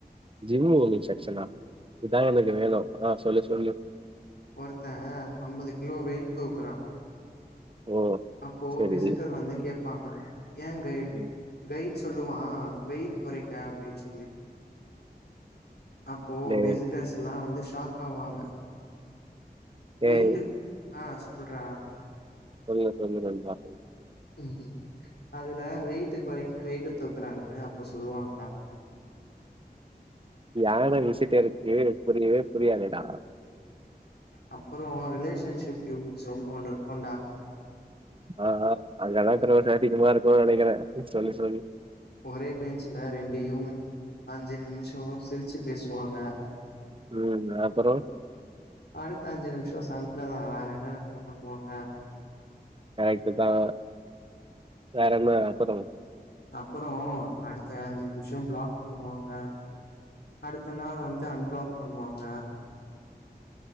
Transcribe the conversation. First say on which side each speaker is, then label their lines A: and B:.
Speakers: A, on the right (about 30°); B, on the left (about 80°).
A: ஜிம்மு ஒங்க செக்க்ஷனா இதான் எனக்கு வேணும் ஆஹ் சொல்லு சொல்லு
B: ஒருத்தன் ஐம்பது கிலோ வெய்ட் தூக்குறான்
A: ஓ
B: அப்போ
A: சரி
B: விசிட்டர் வந்து கேப் இருபாங்க ஏ கைட்
A: ம்
B: கைட் சொல்லுவான் வெயிட் குறைக்க அப்டின்னு சொல்லி அப்போ
A: டேய்
B: விசிட்டர்ஸ் எல்லா வந்து தாக்க வாங்க
A: டேய்
B: வெயிட்டு ஆஹ் சொல்றா
A: சொல்லு சொல்லு நண்பா
B: உம் அதுல வெயிட்டுக் கொரக்க வெயிட்ட தூக்குறாங்கன்னு அப்ப சொல்லுவாங்கடா
A: யானை விசிட்டருக்கு புரியவே புரியதுடா
B: அப்றோம் ரிலேஷன்ஷிப் ஹியூமன்ஸ ஒன்னு நிற்கோண்டா
A: ஆஹ் அங்கதான் இத்துன வருஷம் அதிகமா இருக்கும்னு நெனக்கிறேன் சொல்லு சொல்லு
B: ஒரே பெஞ்சுல ரெண்டு யூமன் அஞ்சு நிமிஷம் சிரிச்சி பேசுவாங்க
A: ம் அப்பறோ
B: அடுத்த அஞ்ச நிமிஷம் சன் இதான் வேற என்ன நண்பா பண்ணுவாங்க
A: கரெக்டு தான் வேறன்ன அப்பறம்
B: அப்புறம் அடுத்த அஞ்சு நிமிஷம் பிளாக் பண்ணுவாங்க அடுத்த நாள் வந்து அன்பிளாக் பண்ணுவாங்க